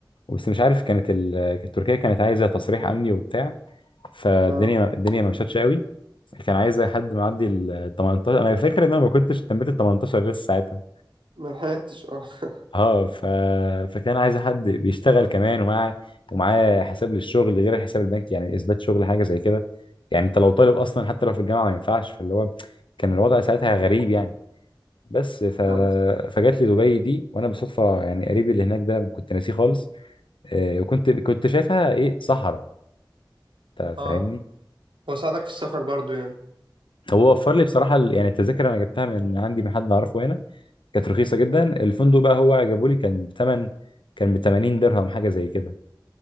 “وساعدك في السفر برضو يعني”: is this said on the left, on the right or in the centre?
Right